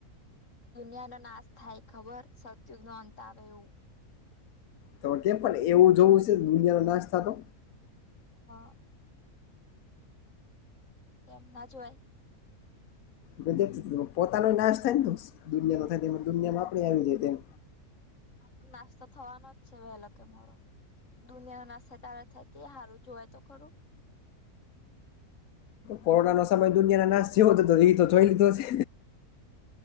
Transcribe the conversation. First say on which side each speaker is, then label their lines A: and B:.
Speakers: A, on the left (about 50°); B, on the left (about 70°).
A: દુનિયા નો નાશ થાય ખબર સતયુગ નો અંત આવે એવું.
B: તો કેમ પણ એવું જોવું છે દુનિયાનો નાશ થતો.
A: હા કેમ ના જોવાય
B: ગજબ પોતાનો એ નાશ થાય ને તો દુનિયા નો થાય દુનિયામાં આપડેય આવી જાય એમ.
A: આપડો નાશ તો થવાનો જ છે વેલો કે મારો. દુનિયા નો નાશ અતારે થાય તે હારું જોવાય તો ખરું.
B: કોરોના નો સમય દુનિયા નાશ જેવો જ હતો એ તો જોઈ લીધો છે.